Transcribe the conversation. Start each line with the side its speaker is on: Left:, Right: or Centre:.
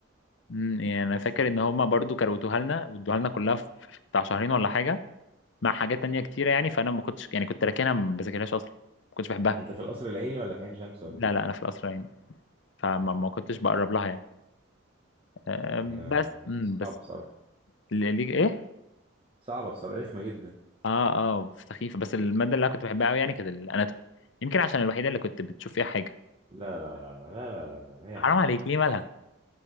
Left: امم يعني
Right: بس
Left: انا فاكر
Right: يعني
Left: ان هما برضو كروتوها لنا وادوها لنا كلها في في بتاع شهرين ولا حاجه مع حاجات تانية كتيره يعني فانا ما كنتش يعني كنت راكنها ما بذاكرهاش اصلا ما كنتش بحبها
Right: انت في القصر العيني ولا في عين شمس ولا
Left: لا
Right: فين
Left: لا انا في القصر يعني فما
Right: مم.
Left: ما كنتش بقرب لها يعني أم،
Right: يا
Left: بس امم
Right: صعب
Left: بس
Right: بصراحة
Left: اللي اللي- ايه
Right: صعبة بصراحة رخمة جدا
Left: اه اه سخيفه بس الماده اللي انا كنت بحبها قوي يعني كانت الاناتومي يمكن عشان الوحيده اللي كنت بتشوف فيها حاجه
Right: لا لا لا لا لا لا لا, لا لا
Left: حرام
Right: يا عم
Left: عليك ليه مالها